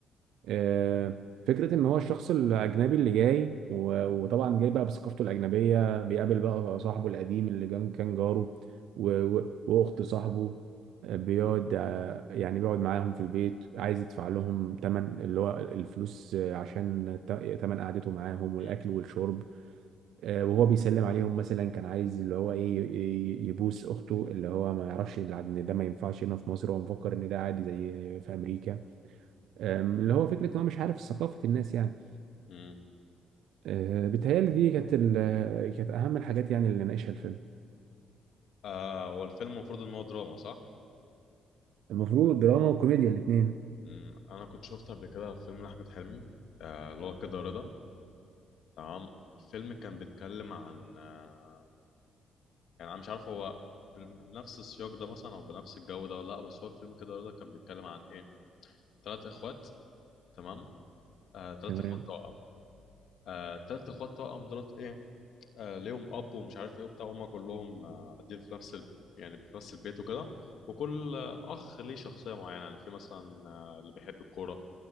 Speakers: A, on the right (about 80°); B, on the left (about 70°).
A: آه، فكرة إن هو الشخص الأجنبي اللي جاي و- وطبعا جاي بقى بثقافته الأجنبية بيقابل بقى صاحبه القديم اللي كان كان جاره و- و- وأخت صاحبه آه، بيقعد آه، يعني بيقعد معاهم في البيت عايز يدفع لهم تمن اللي هو الفلوس آه، عشان ت- تمن قعدته معاهم والأكل
B: مم.
A: والشرب آه، وهو بيسلم عليهم مثلا كان عايز اللي هو إيه ي- يبوس أخته اللي هو ما يعرفش إن ده ما ينفعش هنا في مصر هو مفكر إن ده عادي زي في أمريكا أم، اللي هو فكره ان هو مش عارف ثقافه الناس يعني
B: مم.
A: أه، بتهيألي دي كانت ال- كانت اهم الحاجات يعني اللي ناقشها الفيلم
B: آه هو الفيلم المفروض إن هو دراما صح؟
A: المفروض دراما وكوميديا الاثنين
B: مم. أنا كنت شفت قبل كده فيلم لأحمد حلمي آه اللي هو كده رضا تمام الفيلم كان بيتكلم عن آه يعني أنا مش عارف هو ب- بنفس السياق ده مثلا أو بنفس الجو ده ولا لأ بس هو الفيلم كده رضا كان بيتكلم عن إيه؟ ثلاث اخوات تمام آه، ثلاث
A: تمام
B: اخوات توأم آه، ثلاث اخوات توأم دولت ايه آه، ليهم اب ومش عارف ايه وبتاع هم كلهم آه، قاعدين في نفس ال... يعني في نفس البيت وكده وكل آه، اخ ليه شخصيه معينه يعني في مثلا آه، اللي بيحب الكوره